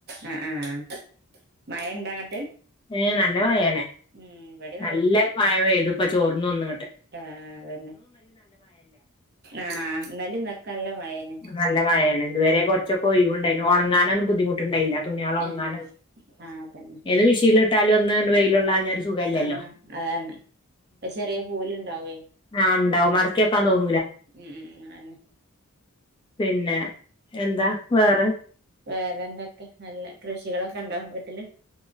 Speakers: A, on the right (about 45°); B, on the left (about 20°).
A: ആ ആഹ മഴ ഇൻട്ടാ അങ്ങട്ട്.
B: ഏ നല്ല മയെണ്
A: ഉം ഇവിടെ
B: നല്ല മഴപെയ്തു ഇപ്പം ചോർന്ന് ഒന്ന് ങ്ങട്ട്.
A: ആഹ അതന്നെ ആഹ ഇന്നലിം ഇന്ന് ഒക്കെ നല്ല മഴന്നെ.
B: നല്ല മഴാണ് ഇതുവരെ കുറച്ചൊക്കെ ഒഴിവുണ്ടയ്ന്നു ഉണങ്ങാനൊന്നും ബുദ്ധിമുട്ടുണ്ടായില്ല. തുണിയാള് ഒണങ്ങനും
A: ഏഹ് ആഹ് അതന്നെ
B: ഏത് മിഷീൽട്ടാലും ഒന്ന് ണ് വെയ്ല് - ൽ കൊള്ളാന്നാൽ ഒരു സുഖയില്ലല്ലോ.
A: ആഹ് അതാണ് ചെറിയ പൂല് ഇണ്ടാവേ
B: ആ മ് ണ്ടാവും മടക്കി വെക്കാൻ തോന്നൂല
A: ഉം ഉം ഉം അ ആന്നെ.
B: പിന്നെ എന്താ വേറെ.
A: വേറെ എന്തൊക്കെ നല്ല കൃഷികളൊക്കെ ഉണ്ടോ വീട്ടില്.